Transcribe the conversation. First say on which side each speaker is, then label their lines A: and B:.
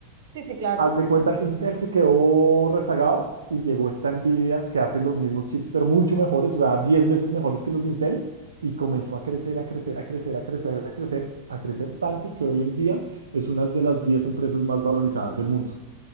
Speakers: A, on the right; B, on the right.
A: Sí, sí, claro.
B: Haz de cuenta, Intel se quedó rezagado y llegó esta Nvidia que hace los mismos chips, pero mucho mejores, o sea, 10 veces mejores que los de Intel, y comenzó a crecer, a crecer, a crecer, a crecer, a crecer, a crecer tanto que hoy en día es una de las 10 empresas más valorizadas del mundo.